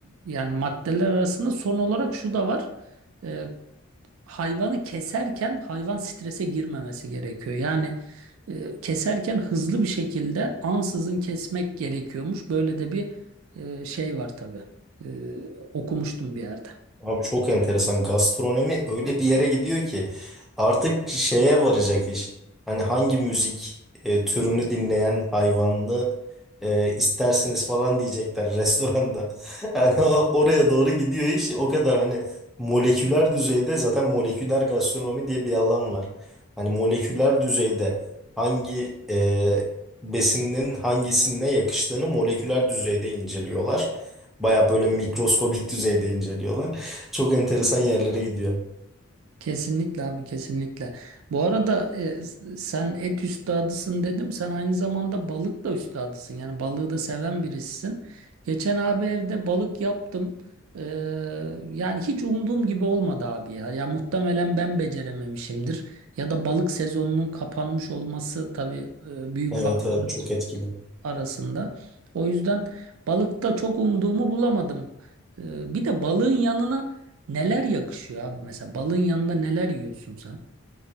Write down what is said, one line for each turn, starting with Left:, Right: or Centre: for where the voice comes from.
Right: yani maddeler arasında son olarak şu da var. E, hayvanı keserken hayvan strese girmemesi gerekiyor. Yani e, keserken hızlı bir şekilde ansızın kesmek gerekiyormuş. Böyle de bir e, şey var tabii. E, okumuştum bir yerde.
Centre: Abi çok enteresan. Gastronomi öyle bir yere gidiyor ki artık şeye varacak iş. Hani hangi müzik e, türünü dinleyen hayvanlı e, isterseniz falan diyecekler restoranda. <laughs> Yani o- oraya doğru gidiyor iş. O kadar hani moleküler düzeyde zaten moleküler gastronomi diye bir alan var. Hani moleküler düzeyde hangi e, besinin hangisine yakıştığını moleküler düzeyde inceliyorlar. Baya böyle mikroskobik düzeyde inceliyorlar. Çok enteresan yerlere gidiyor.
Right: Kesinlikle abi kesinlikle. Bu arada e, sen et üstadısın dedim. Sen aynı zamanda balık da üstadısın. Yani balığı da seven birisisin. Geçen abi evde balık yaptım. Ee, yani hiç umduğum gibi olmadı abi ya. Ya muhtemelen ben becerememişimdir. Ya da balık sezonunun kapanmış olması tabii e, büyük
Centre: Evet
Right: faktör
Centre: evet çok etkili.
Right: arasında. O yüzden balıkta çok umduğumu bulamadım. Ee, bir de balığın yanına neler yakışıyor abi? Mesela balığın yanında neler yiyorsun sen?